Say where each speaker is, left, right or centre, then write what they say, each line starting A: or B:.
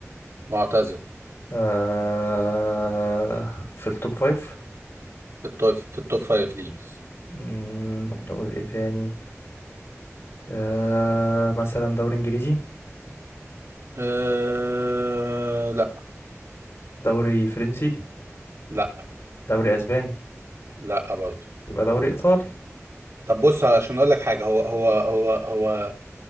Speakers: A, on the right (about 65°); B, on the left (about 55°).
A: معتزل
B: آه في التوب فايف
A: في التوب في التوب فايف ليجز
B: مم، نقول ايه تاني آه مثلا دوري انجليزي
A: آه... لأ
B: دوري فرنسي
A: لأ
B: دوري اسباني
A: لأ برضه
B: يبقى دوري ايطالي
A: طب بص عشان أقول لك حاجة هو هو هو هو